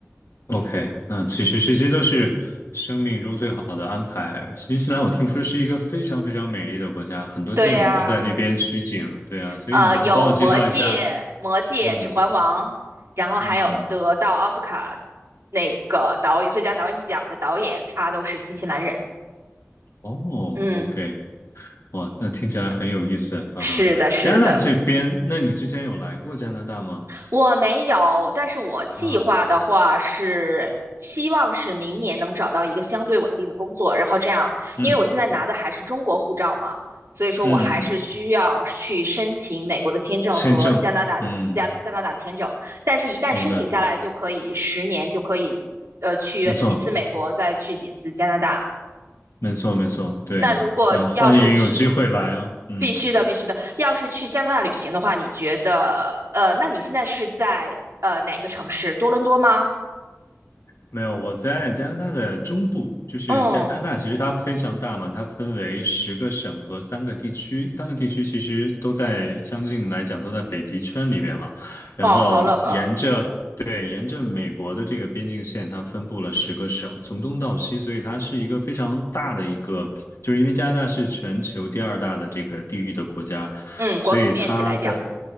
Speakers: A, on the left (about 75°); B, on the right (about 75°).
A: ，OK，那其实这些都是生命中最好的安排。新西兰我听说是一个非常非常美丽的国家，很多电影都在这边取景，
B: 对呀、
A: 对啊，所以你能帮我介绍一下？
B: 呃，有《魔戒》《魔戒》《指环王》，
A: 嗯
B: 然后还有得到奥斯卡
A: 嗯，
B: 那个导演最佳导演奖的导演，他都是新西兰人。
A: 哦，OK。
B: 嗯，
A: 哇，那听起来很有意思啊！
B: 是的，是的。
A: 加拿大这边，那你之前有来过加拿大吗？
B: 我没有，但是我计划的话是希望是明年能找到一个相对稳定的工作，
A: 啊，
B: 然后这样，
A: 嗯
B: 因为我现在拿的还是中国护照嘛，所以说我还是需要去申请美国的签证和加拿大加加拿大签证，
A: 嗯嗯，签证，嗯，
B: 但是一旦申请下来就可以十年就可以，
A: 明白，
B: 呃，去几次美国，
A: 没错，
B: 再去几次加拿大。
A: 没错，没错，对，
B: 那如果要是去，
A: 然后欢迎有机会来啊，嗯。
B: 必须的，必须的，要是去加拿大旅行的话，你觉得，呃，那你现在是在呃哪个城市？多伦多吗？
A: 没有，我在加拿大的中部，就是加拿大，
B: 嗯，
A: 其实它非常大嘛，它分为十个省和三个地区，三个地区其实都在相对应来讲都在北极圈里边了。然后沿着对沿着美国的这个边境线，
B: 哦，好冷啊。
A: 它分布了十个省，从东到西，所以它是一个非常大的一个，就是因为加拿大是全球第二大的这个地域的国家，
B: 嗯，国土面积来讲，
A: 所以它的